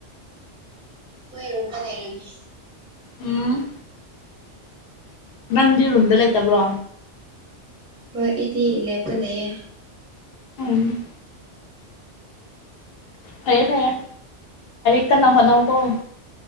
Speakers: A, in the centre; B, on the left.
A: ꯃꯣꯏꯔꯨꯝꯗ ꯂꯩꯔꯝꯅꯤ꯫
B: ꯎꯝ꯫ ꯅꯪꯗꯤ ꯔꯨꯝꯗ ꯂꯩꯇꯕ꯭ꯔꯣ꯫
A: ꯍꯣꯏ ꯑꯩꯗꯤ ꯂꯦꯞꯄ ꯂꯩꯌꯦ꯫
B: ꯎꯝ꯫ ꯐꯔꯦ ꯐꯔꯦ꯫ ꯀꯟꯅ ꯍꫭꯠꯅꯧꯀꫭ꯫